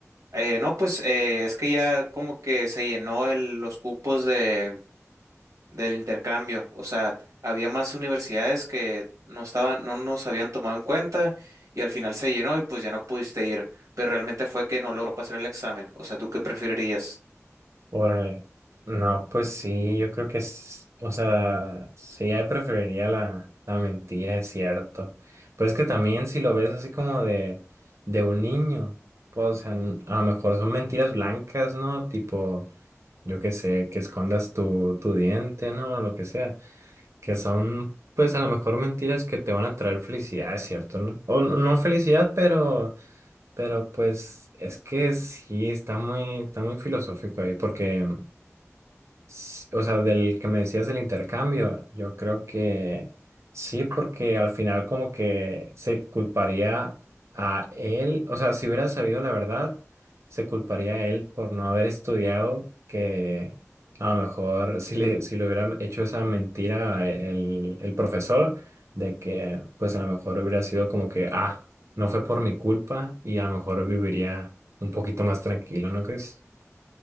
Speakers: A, on the right (about 80°); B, on the right (about 65°).
A: Eh, no, pues eh, es que ya como que se llenó el- los cupos de, del intercambio. O sea, había más universidades que no estaban, no nos habían tomado en cuenta y al final se llenó y pues ya no pudiste ir. Pero realmente fue que no logró pasar el examen. O sea, ¿tú qué preferirías?
B: Órale. No, pues sí, yo creo que es, o sea, sí, ahí preferiría la, la mentira, es cierto. Pues que también si lo ves así como de, de un niño, pues, o sea, n- a lo mejor son mentiras blancas, ¿no? Tipo, yo qué sé, que escondas tu, tu diente, ¿no? Lo que sea. Que son, pues, a lo mejor mentiras que te van a traer felicidad, es cierto, ¿no? O n- no felicidad, pero, pero pues, es que sí, está muy, está muy filosófico ahí, porque... S- O sea, del que me decías del intercambio, yo creo que sí, porque al final como que se culparía a él, o sea, si hubiera sabido la verdad, se culparía a él por no haber estudiado, que a lo mejor si le, si le hubiera hecho esa mentira el, el profesor, de que pues a lo mejor hubiera sido como que, ah, no fue por mi culpa y a lo mejor viviría un poquito más tranquilo, ¿no crees?